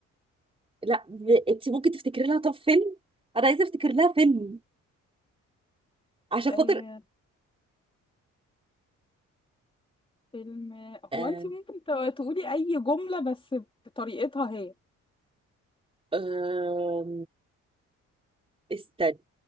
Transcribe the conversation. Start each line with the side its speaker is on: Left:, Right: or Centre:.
Right: لا ب... انت ممكن تفتكري لها طب فيلم انا عايزه افتكر لها فيلم عشان
Left: <laughs>
Right: خاطر
Left: فيلم
Right: آه
Left: هو انت ممكن ت- تقولي اي جملة بس بطريقتها هي
Right: آه استني